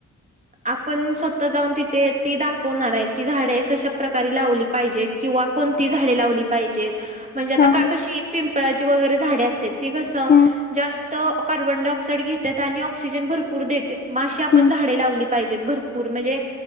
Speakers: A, on the right (about 20°); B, on the left (about 30°).
A: आपण स्वतः जाऊन तिथे त दाखवणार आहे की झाडे कशा प्रकारे लावली पाहिजेत किंवा कोणती झाडे लावली पाहिजेत म्हणजे आता
B: हा
A: का
B: हा
A: कशी पिंपळाची वगैरे झाडे असतात ती कसं
B: हम्म
A: जास्त कार्बन डाय ऑक्साइड घेतात आणि ऑक्सिजन भरपूर देतात मग आशी आपण
B: हम्म
A: झाडे लावली पाहिजेत भरपूर म्हणजे